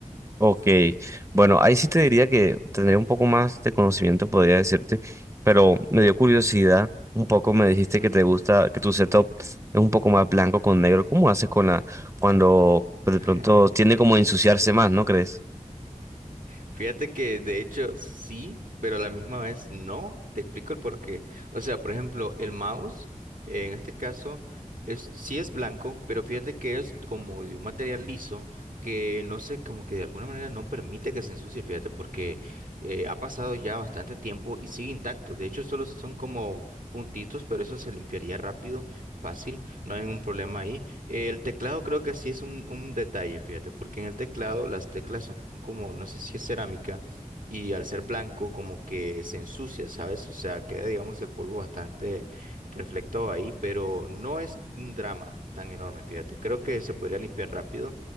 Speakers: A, on the right; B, on the right.
A: Ok, bueno, ahí sí te diría que tendría un poco más de conocimiento, podría decirte, pero me dio curiosidad.
B: Ujú,
A: Un poco me dijiste
B: ujú.
A: que te gusta, que tu setup es un poco más blanco con negro. ¿Cómo haces con la, cuando de
B: <laughs>
A: pronto tiende como a ensuciarse más, ¿no crees?
B: Fíjate que de hecho sí, pero a la misma vez no. Te explico el porqué. O sea, por ejemplo, el mouse, eh, en este caso, es, sí es blanco, pero fíjate que es como de un material liso que no sé, como que de alguna manera no permite que se ensucie, fíjate, porque eh, ha pasado ya bastante tiempo y sigue intacto. De hecho, solo son como puntitos, pero eso se limpiaría rápido, fácil, no hay ningún problema ahí. Eh, el teclado creo que sí es un, un detalle, fíjate, porque en el teclado las teclas como, no sé si es cerámica, y al ser blanco como que se ensucia, ¿sabes? O sea, queda, digamos, el polvo bastante reflectado ahí, pero no es un drama tan enorme, fíjate. Creo que se podría limpiar rápido.